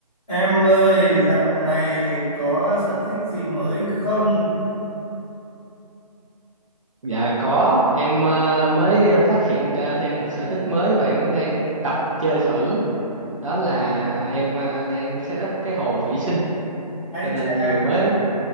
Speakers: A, in the centre; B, on the right.
A: Em ơi, dạo này có sở thích gì mới không?
B: Dạ có, em ờ, mới ờ, phát hiện ra thêm một sở thích mới và em cũng đang tập chơi thử. Đó là
A: Ừm,
B: em ờ, đang set up cái hồ thủy sinh
A: Ái
B: cho nên
A: chà,
B: vừa mới